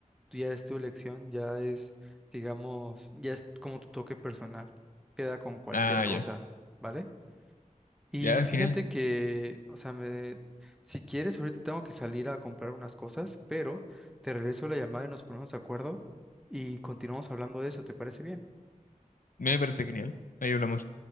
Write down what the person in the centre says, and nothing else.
tú ya es tu elección, ya es, digamos, ya es como tu toque personal, queda con cualquier
cosa,
¿vale? Y
fíjate
que, o sea, me, si quieres, ahorita tengo que salir a comprar unas cosas, pero te regreso la llamada y nos ponemos de acuerdo y continuamos hablando de eso, ¿te parece bien?